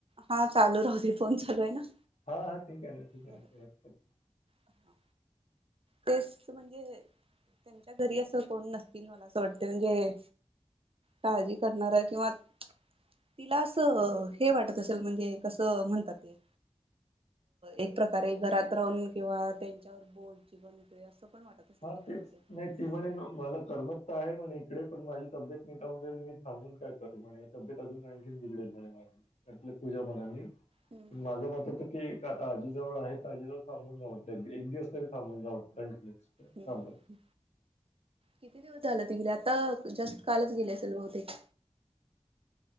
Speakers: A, on the right (about 55°); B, on the left (about 70°).
A: हा चालू राहुदे फोन चालू आहे ना....
B: हा हा ठीक आहे ना ठीक आहे
A: हॅलो
B: ना काही हरकत नाही....
A: हा. तेच म्हणजे त्यांच्या घरी असं कोण नसतील मला असं वाटत म्हणजे... काळजी करणार आहे किंवा... तिला असं हे वाटत असेल म्हणजे कसं म्हणतात ते... एक प्रकारे घरात राहून किंवा त्यांच्यावर बोल.... असं पण वाटत असेल
B: हा तेच
A: बहुतेक
B: नाही ती
A: हा....
B: म्हणे म- मला कर्मतता आहे म्हने इकडे पण माझी तब्येत निट नसेल तर मी थांबून काय करू म्हणे. तब्येत अजून आणखीन बिघडेल म्हणे माझ म्हटलं तूझ्या मनानी
A: हम्म
B: पण माझं मत आहे तु... की काका आजीजवळ आहेत आजीजवळ थांबून जा म्हटले एक ऐक दिवस तरी थांबून जा म्हटले... काय
A: हम्म
B: म्हणता...
A: किती दिवस झालं ती गेलीय आता जस्ट कालच गेली असेल बहुतेक...